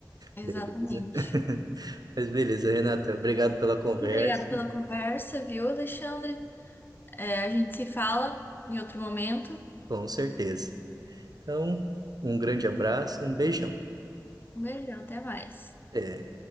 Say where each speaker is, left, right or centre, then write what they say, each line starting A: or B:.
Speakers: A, on the right; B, on the left.
A: Beleza?
B: Exatamente.
A: <laughs> Mas beleza, Renata. Obrigado pela conversa.
B: Muito obrigada pela conversa, viu, Alexandre? É, a gente se fala em outro momento.
A: Com certeza. Então, um grande abraço, um beijão.
B: Um beijão, até mais.
A: É.